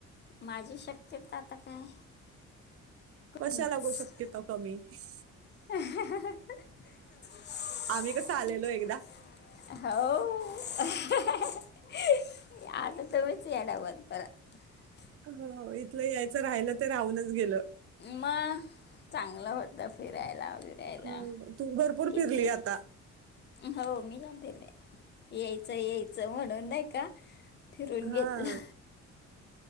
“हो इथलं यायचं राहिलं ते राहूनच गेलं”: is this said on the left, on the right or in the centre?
Right